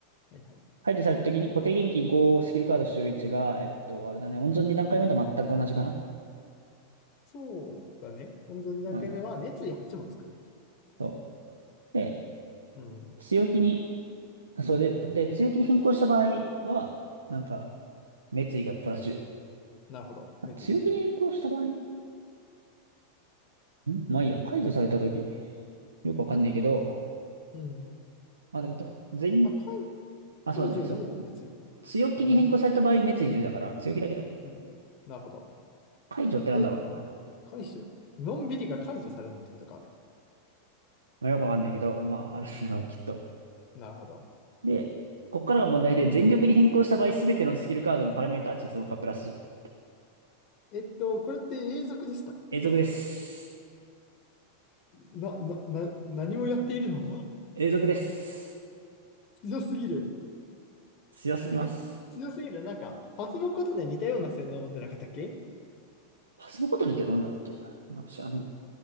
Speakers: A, on the left; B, on the right.
A: はいはい。
B: 排除された時に固定元気5スキルカード使用1が、えっと、あれだね、温存2段階目と全く同じかな。
A: そうだね。本当に2段階目は熱意8もつくんだっけ。
B: うん。そう。で、
A: うん。
B: 強気に、それで、で、強気に変更した場合は、なんか、滅意がプラスじゅう
A: なるほど。
B: あ強気に変更した場合ん
A: 熱意自由。
B: まあいいや、解除された時よくわかんないけど、
A: うん。
B: まあでも多分全員、
A: あ、解、
B: あ、
A: 解除でも熱意だね。
B: そうだね。そ強気に変更された場合、
A: あー
B: 熱意10だから、強気だけだね。
A: うん。なるほど。
B: 解除ってなんだろうな。
A: で、
B: ま
A: 解除。のんびりが解除されるってことがある。
B: あ、よくわかんないけど、まあ、あるんだろう、
A: うん。
B: きっと。
A: なるほど。
B: で、こっからが問題で、全力に変更した場合、すべてのスキルカードのパラメータ値増加プラス10。
A: えっと、これって永続ですか
B: 永続です。
A: な、な、な、何をやっているの
B: 永続です。
A: <laughs> 強すぎる。
B: 強すぎます。
A: え強すぎる。なんか、パスモコトネ似たような性能を持ってなかったっけ
B: パスのことねってどんなんだっけなんか知らない。